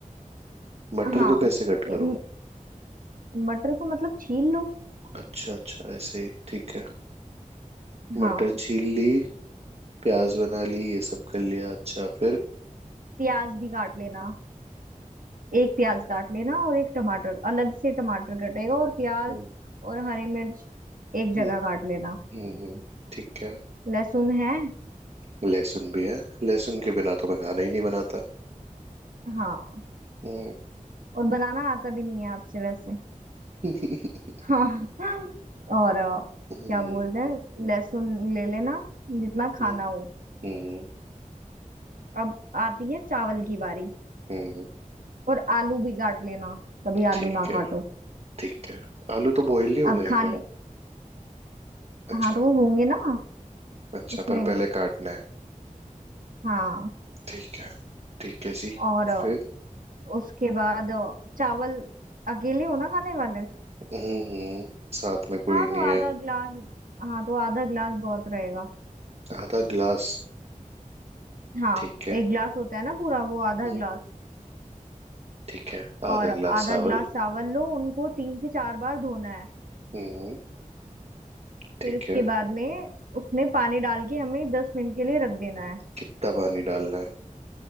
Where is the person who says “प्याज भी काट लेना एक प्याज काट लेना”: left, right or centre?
Right